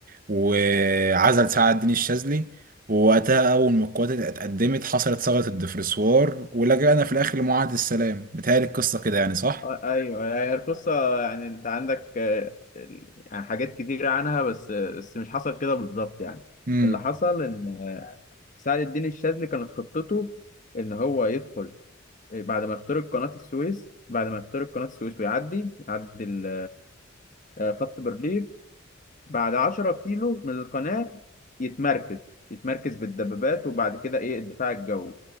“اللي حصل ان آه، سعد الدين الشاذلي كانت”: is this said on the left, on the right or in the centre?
Left